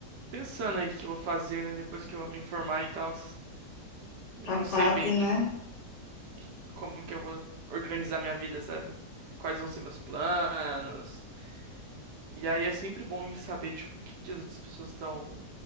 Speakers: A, on the right; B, on the left.
A: pensando aí o que eu vou fazer, né? Depois que eu me formar e tal. Eu
B: Tá
A: não
B: quase,
A: sei bem, tipo,
B: né?
A: que- como que eu vou organizar minha vida, sabe? Quais vão ser meus planos. E aí é sempre bom saber, tipo, o que que as outras pessoas estão